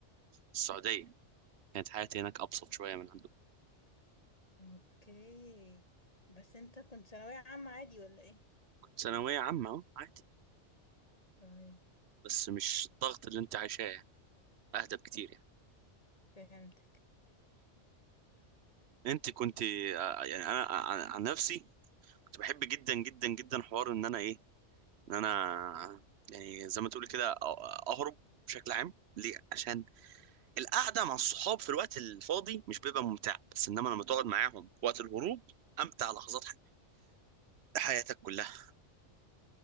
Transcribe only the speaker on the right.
السعوديه كانت حياتي هناك ابسط شويه من عندكم
كنت ثانويه عامه أهو، عادي
بس مش الضغط اللي انت عايشاه يعني. اهدى بكتير يعني
انت كنت آه، يعني انا عن عن نفسي كنت بحب جدا جدا جدا حوار ان انا ايه ان انا يعني زي ما تقولي كده أ- اهرب بشكل عام ليه عشان القعده مع الصحاب في الوقت الفاضي مش بيبقى ممتع بس انما لما تقعد معاهم وقت الهروب امتع لحظات ح- حياتك كلها